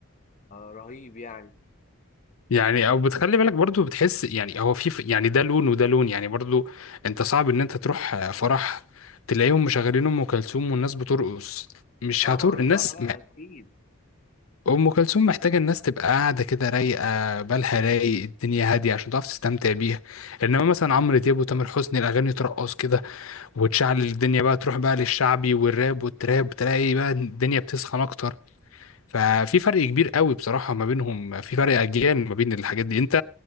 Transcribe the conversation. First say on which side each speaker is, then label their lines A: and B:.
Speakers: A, on the left; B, on the left.
A: رهيب يعني
B: يعني او بتخلي بالك برضو بتحس يعني هو في في- يعني ده لون وده لون يعني برضو انت صعب ان انت تروح آه، فرح تلاقيهم مشغلين ام كلثوم والناس بترقص مش
A: طبعا
B: هتر الناس
A: لا لا أكيد
B: أم كلثوم محتاجة الناس تبقى قاعدة كده رايقة بالها رايق الدنيا هادية عشان تعرف تستمتع بيها إنما مثلا عمرو دياب وتامر حسني الأغاني ترقص كده وتشعل الدنيا بقى تروح بقى للشعبي والراب والتراب تلاقي بقى الدنيا بتسخن أكتر ففي فرق كبير قوي بصراحة ما بينهم في فرق أجيال ما بين الحاجات دي أنت